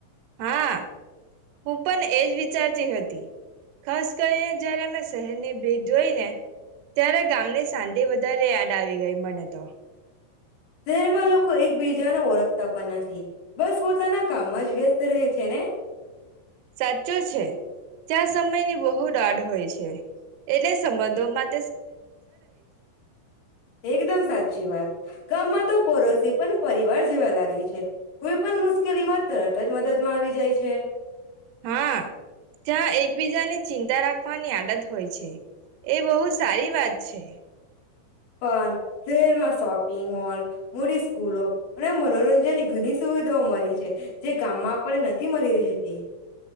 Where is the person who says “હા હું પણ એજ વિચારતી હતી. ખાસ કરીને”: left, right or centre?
Right